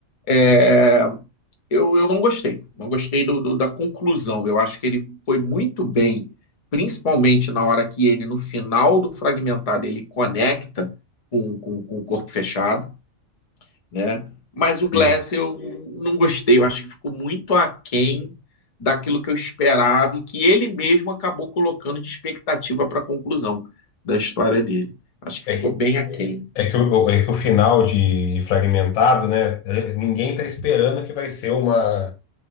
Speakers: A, on the left; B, on the left.
A: É, eu, eu não gostei. Não gostei do, do- da conclusão. Eu acho que ele foi muito bem, principalmente na hora que ele, no final do fragmentado, ele conecta com, com, com o corpo fechado, né? Mas o Glass
B: Sim.
A: eu não gostei. Eu acho que ficou muito aquém daquilo que eu esperava e que ele mesmo acabou colocando de expectativa para a conclusão da história dele. Acho que
B: É,
A: ficou
B: que-
A: bem aquém.
B: é que o, é que o final de Fragmentado, né? Ninguém tá esperando que vai ser uma